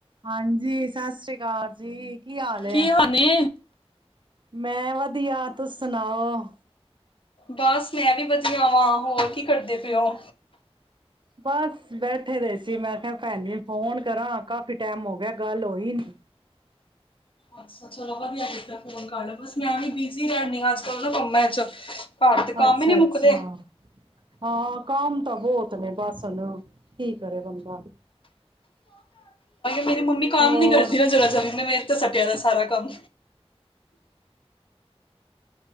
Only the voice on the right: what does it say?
ਹਾਂਜੀ ਸਤਿ ਸ੍ਰੀ ਅਕਾਲ ਜੀ। ਹਾਲ ਏ
ਮੈਂ ਵਧੀਆ ਤੁਸੀਂ ਸੁਣਾਓ।
ਬਸ ਬੈਠੇ ਦੇ ਸੀ ਮੈਂ ਕਿਹਾ ਭੈਣ ਜੀ ਨੂੰ ਫੋਨ ਕਰਾਂ ਕਾਫੀ ਟਾਈਮ ਹੋ ਗਿਆ ਗੱਲ ਹੋਈ ਨੀ।
ਅੱਛਾ
ਅੱਛਾ।
ਹਾਂ ਕੰਮ ਤਾਂ ਬਹੁਤ ਨੇ ਬਸ ਹੁਣ। ਕੀ ਕਰੇ ਬੰਦਾ।
ਹੋਰ